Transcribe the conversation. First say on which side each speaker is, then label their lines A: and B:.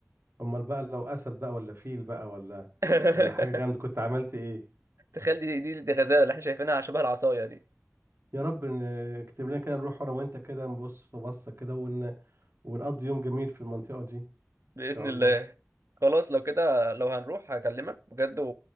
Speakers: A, on the right; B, on the right.
A: امال بقى لو اسد بقى ولا فيل بقى ولا
B: <laughs>
A: ولا حاجة جامدة كنت عملت ايه
B: تخيل دي دي دي غزاله اللي احنا شايفينها شبه العصايه دي
A: يا رب ن- اكتب لنا كده نروح انا وانت كده نبص بصة كده ون... ونقضي يوم جميل في المنطقة دي ان
B: باذن
A: شاء
B: الله
A: الله
B: خلاص لو كده لو هنروح هكلمك بجد و...